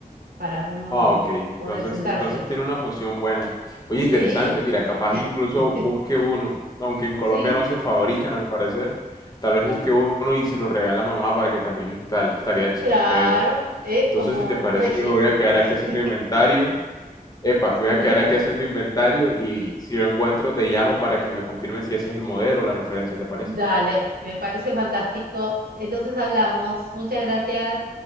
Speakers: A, on the right; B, on the left.
A: para uno
B: Ah, ok. Entonces,
A: poder sentarse.
B: entonces tiene una función buena. Oye,
A: Sí.
B: interesante. Mira, capaz incluso
A: <laughs>
B: busque uno, aunque en Colombia
A: Sí,
B: no se fabrican al parecer. Tal vez
A: mm,
B: busque uno y se lo regala a mamá para que también lo instale. Estaría chévere.
A: claro, es
B: Entonces,
A: como
B: si te
A: los
B: parece,
A: reyes.
B: yo me voy a quedar
A: <laughs>
B: aquí haciendo inventario. Epa, me voy
A: Sí,
B: a quedar aquí haciendo inventario y si lo encuentro te llamo para que me confirme si ese es el modelo o la referencia, ¿te parece?
A: dale, me parece fantástico. Entonces hablamos. Muchas gracias.